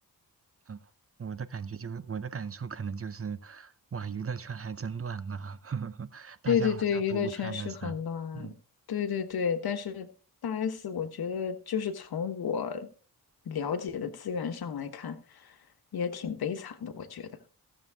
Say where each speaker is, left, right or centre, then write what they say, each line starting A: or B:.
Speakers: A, on the right (about 40°); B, on the left (about 85°).
A: 嗯，我的感觉就我的感触可能就是，哇，娱乐圈还真乱啊，<laughs> 大家好像都不太那啥，
B: 对对对，娱乐圈是很乱，
A: 嗯
B: 对对对，但是大 S，我觉得就是从我了解的资源上来看，也挺悲惨的。我觉得，